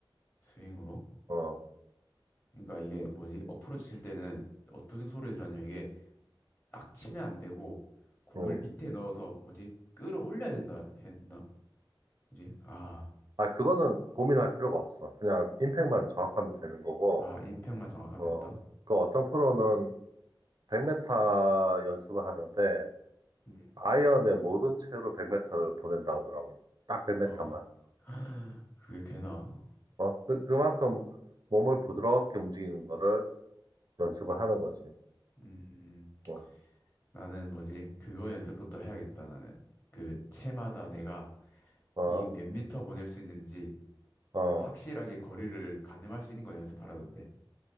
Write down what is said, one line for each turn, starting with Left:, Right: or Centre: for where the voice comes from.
Left: 스윙으로.
Right: 어.
Left: 그러니까 이게 뭐지? 어프로치 칠 때는 어떻게 소리 들었냐면 이게 딱 치면 안 되고 공을
Right: 음.
Left: 밑에 넣어서 뭐지? 끌어올려야 된다 했나? 뭐지? 아.
Right: 아, 그거는 고민할 필요가 없어. 그냥 임팩만 정확하면 되는 거고,
Left: 아, 임팩만 정확하면
Right: 어,
Left: 된다?
Right: 그 어떤 프로는 100m 연습을 하는데,
Left: 음.
Right: 아이언의 모든 채로 100m를 보낸다 그러더라고. 딱 100m만.
Left: 어우. <laughs> 그게 되나?
Right: 어, 그, 그만큼 몸을 부드럽게 움직이는 거를 연습을 하는 거지.
Left: 음. 음. 음.
Right: 어,
Left: 나는 뭐지? 그거 연습부터 해야겠다, 나는. 그 채마다 내가
Right: 어,
Left: 이 몇 미터 보낼 수 있는지
Right: 어.
Left: 그 확실하게 거리를 가늠할 수 있는 걸 연습하라던데.